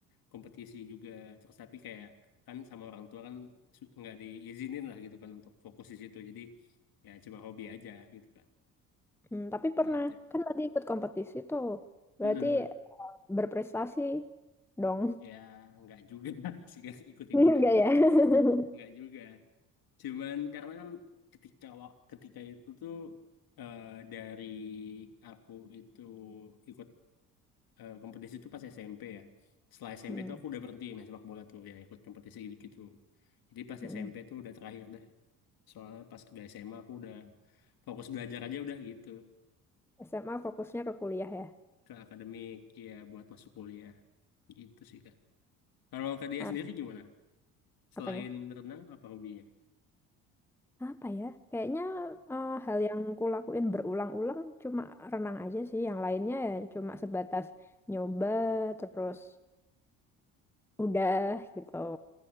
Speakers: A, on the left (about 55°); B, in the centre.
A: kompetisi juga terus tapi kayak kan sama orang tua kan su- nggak diizinin lah gitu kan untuk fokus di situ jadi ya cuma hobi aja gitu kan
B: Hmm, tapi pernah
A: gitu
B: kan tadi ikut kompetisi tuh. Berarti
A: Mm-mm, mm. mm.
B: berprestasi dong.
A: Ya, nggak juga <laughs> sih guys,
B: <laughs>
A: ikut-ikut
B: Enggak
A: aja.
B: ya? <laughs>
A: Nggak juga. Cuman karena kan ketika wa- ketika itu tuh eh, dari aku itu ikut eh, kompetisi itu pas SMP ya. Setelah SMP
B: Hmm,
A: tuh aku udah berhenti main sepak bola tuh ya ikut kompetisi gitu-gitu. Jadi pas
B: hmm.
A: SMP tuh udah terakhir deh. Soalnya pas udah SMA aku udah fokus belajar aja udah gitu
B: SMA fokusnya ke kuliah ya.
A: ke akademik ya buat masuk kuliah. Gitu sih Kak. Kalau Kak dia
B: Ah,
A: sendiri gimana? Selain
B: apanya?
A: renang apa hobinya?
B: Apa ya? Kayaknya eh, hal yang kulakuin berulang-ulang cuma renang aja sih. Yang lainnya ya cuma sebatas nyoba terus udah gitu.